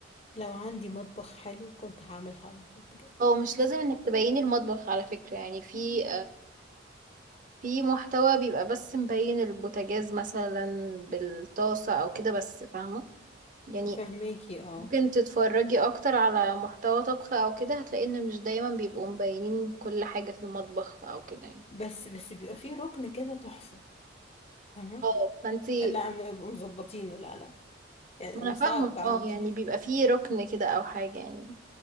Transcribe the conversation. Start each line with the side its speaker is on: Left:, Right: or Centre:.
Left: لو عندي مطبخ حلو كنت هعملها على طول بجد
Right: هو مش لازم انك تبيني المطبخ على فكرة يعني في في محتوى بيبقى بس مبين البوتاجاز مثلا بالطاسة او كده بس فاهمة يعني
Left: <laughs> فهماكي اه
Right: ممكن تتفرجي اكتر على محتوى طبخ او كده هتلاقي ان مش دايما بيبقوا مبينين كل حاجة في المطبخ او كده يعني
Left: بس بس بيبقى فيه ركن كده تحفة فاهمة
Right: اه فانتي
Left: لا ما بيبقوا مظبطينه لا لا يعني
Right: ما انا فاهمة
Left: صعب عندي
Right: اه يعني بيبقى فيه ركن كده او حاجة يعني